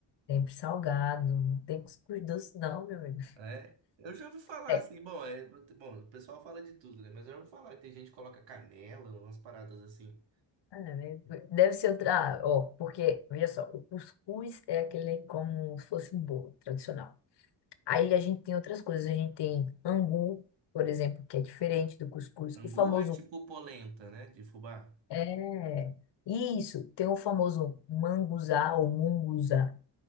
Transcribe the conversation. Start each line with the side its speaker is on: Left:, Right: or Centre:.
Left: Sempre salgado. Não tem cuscuz doce, não, meu amigo.
Right: Ah, É. Eu já ouvi falar
Left: É,
Right: assim, bom, é... bom, o pessoal fala de tudo, né? Mas eu já ouvi falar que tem gente que coloca canela, umas paradas assim.
Left: é, né, deve ser outra. Ah, Ó, porque, veja só, o cuscuz é aquele como se fosse um bolo tradicional. Aí a gente tem outras coisas, a gente tem angu, por exemplo, que é diferente do cuscuz.
Right: Angu
Left: O famoso
Right: é tipo polenta, né? De fubá.
Left: é isso, tem o famoso manguzá ou munguzá,